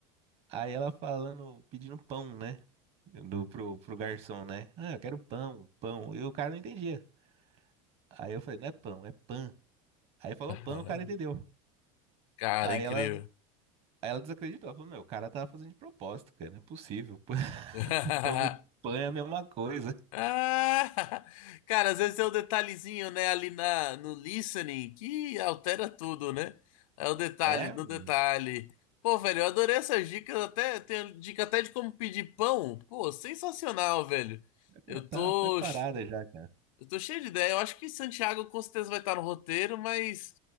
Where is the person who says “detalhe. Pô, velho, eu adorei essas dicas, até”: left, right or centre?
Left